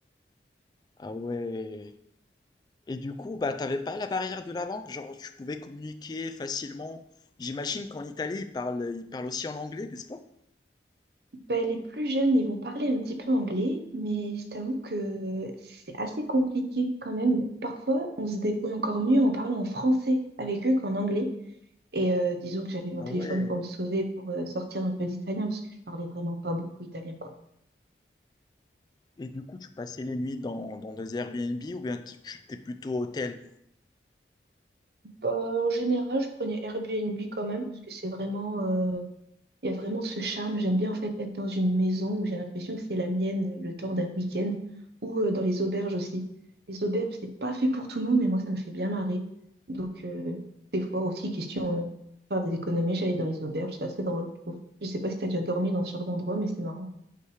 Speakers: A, on the left; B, on the right.
A: Ah ouais et du coup, bah, t'avais pas la barrière de la langue? Genre tu pouvais communiquer facilement? J'imagine qu'en Italie, ils parlent ils parlent aussi en anglais, n'est-ce pas?
B: Ben, les plus jeunes, ils vont parler un petit peu anglais, mais je t'avoue que c'est assez compliqué quand même. Parfois, on se débrouille encore mieux en parlant en français avec eux qu'en anglais. Et euh, disons que j'avais mon
A: Ah
B: téléphone
A: ouais
B: pour me sauver, pour euh, sortir un peu d'italien, parce que je parlais vraiment pas beaucoup italien, quoi.
A: et du coup, tu passais les nuits dans dans des Airbnb ou bien tu tu étais plutôt hôtel?
B: Bah, en général, je prenais Airbnb quand même, parce que c'est vraiment, euh, il y a vraiment ce charme. J'aime bien en fait être dans une maison où j'ai l'impression que c'est la mienne le temps d'un week-end, ou euh, dans les auberges aussi. Les auberges, c'est pas fait pour tout le monde, mais moi, ça me fait bien marrer. Donc, euh, des fois aussi, question, euh, faire des économies, j'allais dans les auberges, c'est assez drôle, je trouve. Je sais pas si t'as déjà dormi dans ce genre d'endroit, mais c'est marrant.